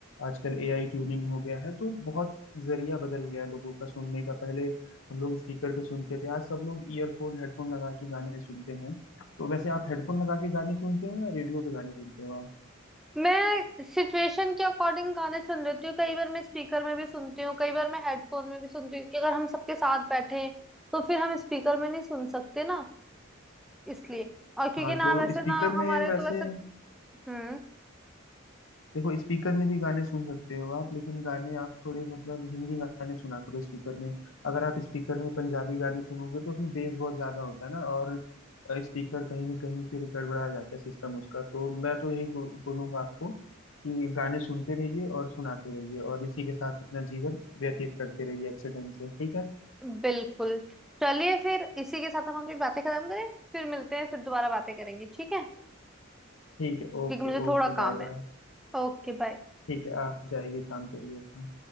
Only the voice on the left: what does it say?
आजकल एआई ट्यूनिंग हो गया है तो बहुत जरिया बदल गया है लोगों का सुनने का पहले हम लोग स्पीकर पे सुनते थे आज सब लोग ईयरफोन हेडफोन लगा के गाने सुनते हैं तो वैसे आप हेडफोन लगा के गाने सुनते हो या रेडियो पे गाने सुनते हो आप
हाँ
तो
स्पीकर
में
वैसे
देखो स्पीकर में भी गाने सुन सकते हो आप लेकिन गाने आप थोड़े मतलब हिंदी गाने सुना करो स्पीकर में अगर आप स्पीकर में पंजाबी गाने सुनोगे तो उसमें बेस बहुत ज्यादा होता है ना और स्पीकर कहीं ना कहीं फिर गड़बड़ा जाता है सिस्टम उसका तो मैं तो यही को- बोलूंगा आपको कि गाने सुनते रहिए और सुनाते रहिए और इसी के साथ अपना जीवन व्यतीत करते रहिए अच्छे ढंग से ठीक है
ठीक है ओके
ओके
बाय
बाय
ठीक है आप जाइए काम करिए अपना